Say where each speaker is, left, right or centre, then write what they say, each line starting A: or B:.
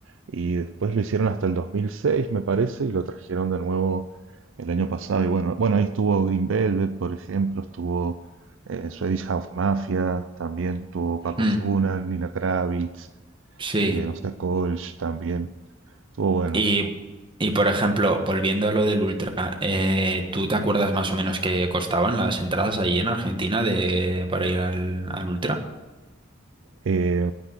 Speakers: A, on the right; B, on the right.
A: Y después lo hicieron hasta el 2006, me parece, y lo trajeron de nuevo el año pasado. Y bueno, bueno, ahí estuvo Green Velvet, por ejemplo, estuvo eh, Swedish House Mafia, también estuvo Paco
B: mm,
A: Zuna, Nina Kravitz,
B: sí.
A: eh, no sé, Kolsch también. Estuvo bueno.
B: Y, y por ejemplo, volviendo a lo del Ultra, eh, ¿tú te acuerdas más o menos qué costaban las entradas ahí en Argentina de, para ir al, al Ultra?
A: Eh,